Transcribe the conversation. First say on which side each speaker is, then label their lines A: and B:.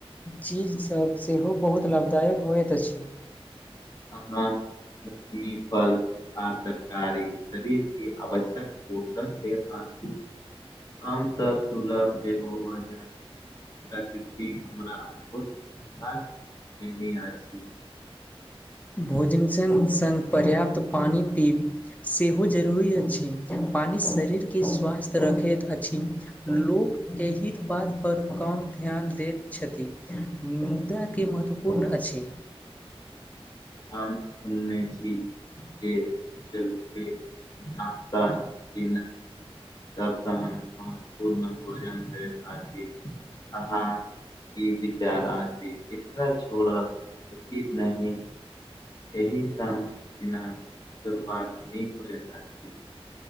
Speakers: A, on the left; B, on the left.
A: चीजसभ सेहो बहुत लाभदायक होइत अछि
B: आ हँ <unintelligible> लक्ष्मी फल आ तरकारी शरीर की आवश्यक पोषण देत अछि हम सब सुलभ सेहो हो जा रहल छै प्रकृति हमरा बहुत उद्घार देने अछि
A: भोजन सङ् सङ्ग पर्याप्त पानि पीब सेहो जरूरी अछि पानि शरीरकें स्वस्थ्य रखैत अछि लोक एहि बात पर कम ध्यान दैत छथिन मुद्दा केँ महत्वपूर्ण अछि
B: हम उन्ने जी के जलखै <unintelligible> न्ता <inaudible> तब त हम महत्वपूर्ण भोजन होइत अछि अहाँ ई विचार <inaudible> छोड़ब उचित नहि एहि सब बिना दरबार नीक कर <inaudible>